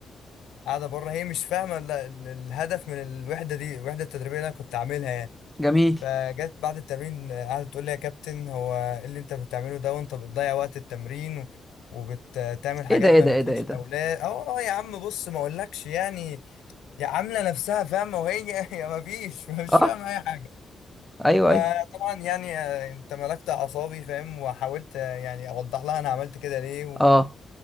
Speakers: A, on the left (about 90°); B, in the centre.
A: قاعدة بره هي مش فاهمة ال- ال- الهدف من الوحدة دي الوحدة التدريبية اللي أنا كنت عاملها يعني
B: جميل
A: فجت بعد التمرين قعدت تقول لي يا كابتن هو ايه اللي انت بتعمله ده وانت بتضيع وقت التمرين و- وبتعمل حاجات
B: ايه ده ايه
A: ما
B: ده
A: بتفيدش
B: ايه ده ايه ده
A: الاولاد اه آه يا عم بص ما اقولكش يعني يا عامله نفسها فاهمه وهي <laughs> هي ما فيش مش
B: اه
A: فاهمه اي حاجه
B: ايوه
A: فطبعا
B: ايوه
A: يعني آه، انت ملكت اعصابي فاهم وحاولت آه، يعني اوضح لها انا عملت كده ليه و...
B: اه